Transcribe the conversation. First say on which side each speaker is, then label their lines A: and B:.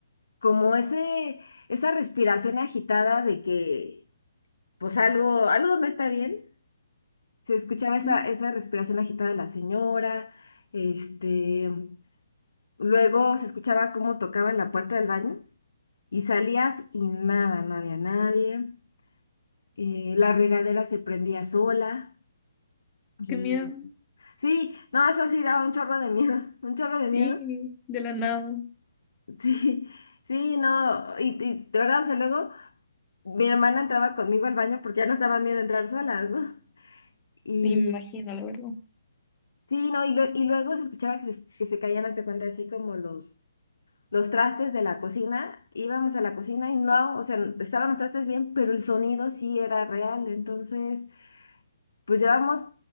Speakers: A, on the left; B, on the left.
A: como ese, esa respiración agitada de que pues algo, algo no está bien se escuchaba esa,
B: Sí. Mm.
A: esa respiración agitada de la señora, este, luego se escuchaba cómo tocaban la puerta del baño y salías y nada, no había nadie, eh, la regadera se prendía sola y
B: Qué miedo.
A: sí, no, eso sí daba un chorro de miedo, <laughs> un chorro
B: Sí,
A: de miedo,
B: de la nada.
A: sí, sí, no, y, y de verdad, o sea, luego mi hermana entraba conmigo al baño porque ya nos daba miedo entrar solas, ¿no? Y
B: Sí, me imagino, la verdad.
A: sí, no, y, lue- y luego se escuchaba que se, que se caían, hasta cuenta, así como los los trastes de la cocina, íbamos a la cocina y no, o sea, estaban los trastes bien, pero el sonido sí era real. Entonces, pues llevamos,